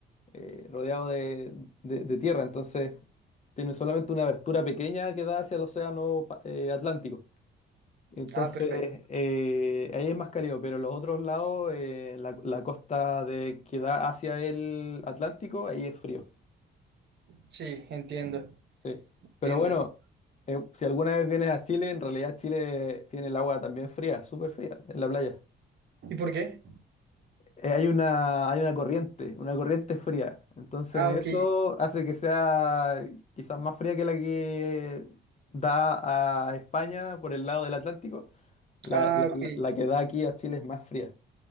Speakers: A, on the left; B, on the right.
A: eh, rodeado de, de- de tierra, entonces tiene solamente una abertura pequeña que da hacia el océano pa- eh, Atlántico. Entonces,
B: Ah, perfecto.
A: eh, ahí es más cálido, pero los otros lados, eh, la, la costa de, que da hacia el Atlántico, ahí es frío.
B: Sí, entiendo,
A: Sí.
B: entiendo.
A: Pero bueno, eh, si alguna vez vienes a Chile, en realidad Chile tiene el agua también fría, súper fría, en la playa.
B: ¿Y por qué?
A: eh, hay una, hay una corriente, una corriente fría. Entonces
B: Ah, ok,
A: eso hace que sea quizás más fría que la que da a España por el lado del Atlántico. La,
B: ah,
A: la- la-
B: ok,
A: la que da aquí a Chile es más fría.